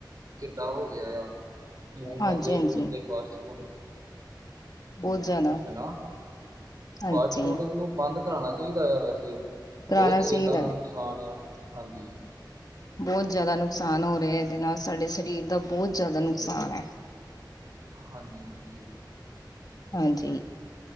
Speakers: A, on the right (about 50°); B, on the left (about 55°).
A: ਕਿੱਡਾ ਹੋ ਗਿਆ ਆ। ਕਿਵੇਂ ਖਾਂਦੇ
B: ਹਾਂਜੀ ਹਾਂਜੀ
A: ਬੰਦੇ ਫ਼ਾਸਟ ਫੂਡ।
B: ਬਹੁਤ ਜ਼ਿਆਦਾ
A: ਹਨਾ
B: ਹਾਂਜੀ
A: ਫਾਸਟ ਫੂਡ ਨੂੰ ਬੰਦ ਕਰਾਣਾ। ਚਾਹੀਦਾ ਆ ਵੈਸੇ
B: ਕਰਾਉਣਾ
A: ਬਹੁਤ ਸਿਹਤਾਂ
B: ਚਾਹੀਦਾ
A: ਨੂੰ
B: ਹੈ।
A: ਨੁਕਸਾਨ ਆ ਹਾਂਜੀ।
B: ਬਹੁਤ ਜ਼ਿਆਦਾ ਨੁਕਸਾਨ ਹੋ ਰਿਹਾ ਇਹਦੇ ਨਾਲ ਸਾਡੇ ਸਰੀਰ ਦਾ ਬਹੁਤ ਜ਼ਿਆਦਾ ਨੁਕਸਾਨ ਹੈ।
A: ਹਾਂਜੀ ਹਾਂਜੀ
B: ਹਾਂਜੀ।